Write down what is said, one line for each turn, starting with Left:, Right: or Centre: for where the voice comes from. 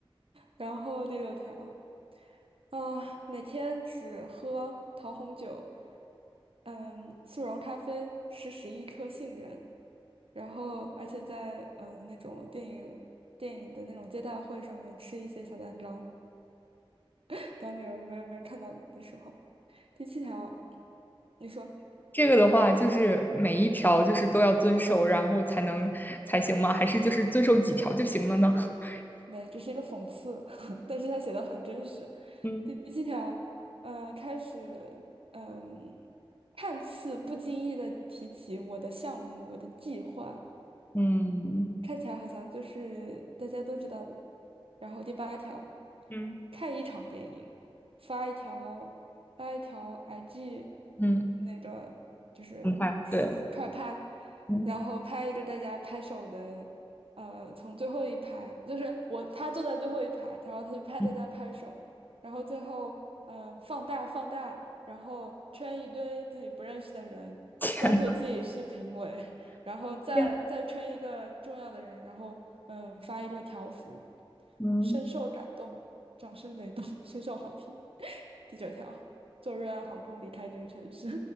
Right: 然后第六条。啊，每天只喝桃红酒，嗯，速溶咖啡，吃十一颗杏仁，然后而且在嗯、呃那种电影电影的那种接待会上面吃一些小蛋糕，<laughs> 当没有人没有人看到的时候。第七条，你说
Left: 这个的话，就是每一条就是都要遵守，然后才能才行吗？还是就是遵守几条就行了呢？<laughs>
Right: 没，这是一个讽刺，<laughs> 但是他写的很真实。
Left: 嗯
Right: 第七条，呃，开始，嗯、看似不经意的提起我的项目，我的计划。
Left: 嗯
Right: 看起来好像就是大家都知道的。然后第八条，
Left: 嗯，
Right: 看一场电影，发一条发一条 IG，
Left: 嗯，
Right: 那个就是
Left: 很快，对，
Right: 快拍，
Left: 嗯
Right: 然后拍一个大家拍手的，呃，从最后一排，就是我他坐在最后一排，然后他就拍大家拍手，
Left: 嗯，
Right: 然后最后呃放大放大，然后圈一堆自己不认识的人，
Left: 天呐，
Right: 装作自己是评委。
Left: <laughs>
Right: 然后再再圈一个重要的人，
Left: 对嗯
Right: 然后嗯发一个条幅，
Left: 嗯天嗯
Right: 深受感动，掌声雷动，<laughs> 深受好评。第九条，坐瑞安航空离开这个城市，